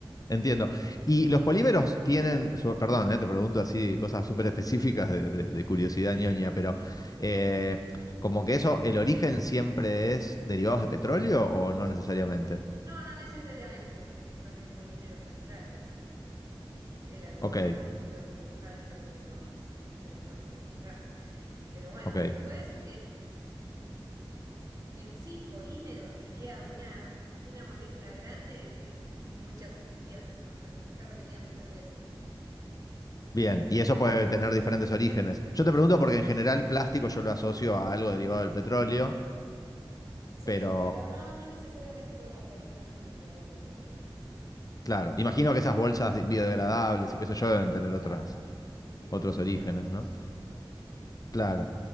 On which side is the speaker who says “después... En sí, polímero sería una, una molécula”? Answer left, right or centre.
Right